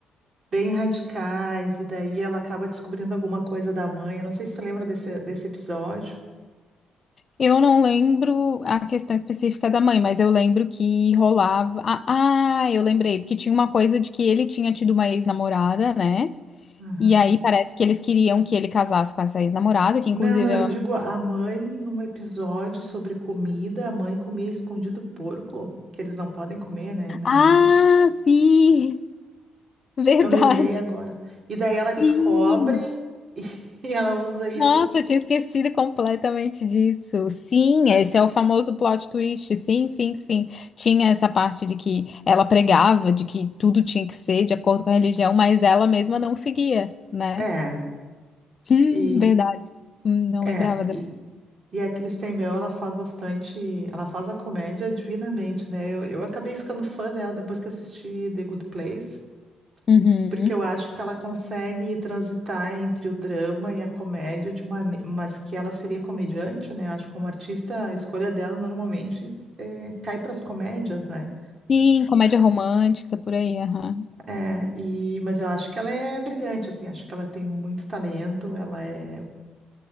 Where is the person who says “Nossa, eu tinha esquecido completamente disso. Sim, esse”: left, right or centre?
Left